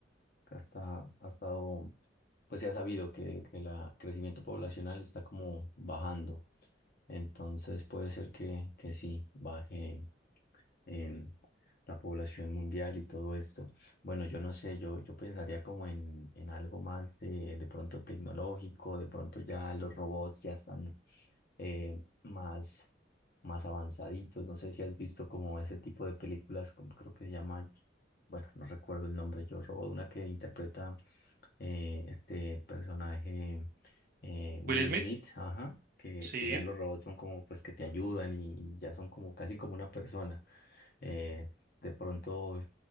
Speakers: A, on the left; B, on the right.
A: que hasta, ha estado, pues se ha sabido que, que el crecimiento poblacional está como bajando. Entonces puede ser que, que sí, baje em, la población mundial y todo esto. Bueno, yo no sé, yo, yo pensaría como en, en algo más de, de pronto tecnológico, de pronto ya los robots ya están eh, más, más avanzaditos. No sé si has visto como ese tipo de películas, como creo que se llama, bueno, no recuerdo el nombre, Yo Robot, una que interpreta eh, este personaje eh, Will
B: Will Smith,
A: Smith, ajá. Que,
B: sí,
A: que ya los robots son como pues que te ayudan y ya son como casi como una persona eh, de pronto